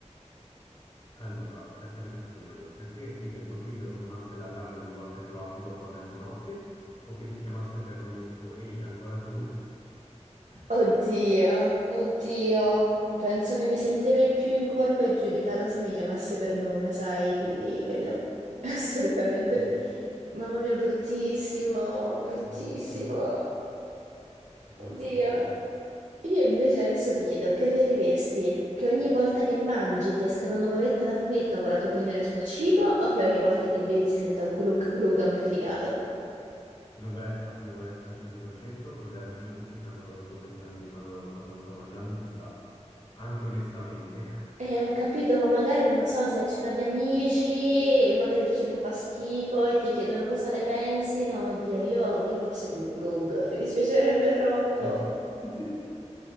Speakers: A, on the left (about 35°); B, on the right (about 80°).
A: Allora, adesso te ne faccio uno io. Preferiresti che il tuo frigo suonasse l'allarme ogni volta che lo apri dopo la mezzanotte o che ti chiamasse per nome tipo Ehi, ancora tu? <laughs>
B: Oddio, oddio, penso che mi sentirei più in colpa e giudicata se mi chiamasse per nome, sai, quindi quello, <laughs> assolutamente.
A: Ok,
B: per- Mamma mia, bruttissimo, bruttissimo,
A: Mm, sì, molto
B: oddio.
A: brutto.
B: Io invece adesso ti chiedo, preferiresti che ogni volta che mangi ti esca una nuvoletta da fumetto con la tua opinione sul cibo o che ogni volta che bevi si senta un glug glug amplificato?
A: Nuvoletta, nuvoletta al 100%, così almeno tutti sanno cosa sto pensando di quando, quando sto mangiando senza... anche onestamente.
B: Eh, ho capito, ma magari non so se a cena di amici e magari il cibo fa schifo e ti chiedono cosa ne pensi. No, oddio, io, io forse il glug glug, mi dispiacerebbe troppo.
A: <laughs>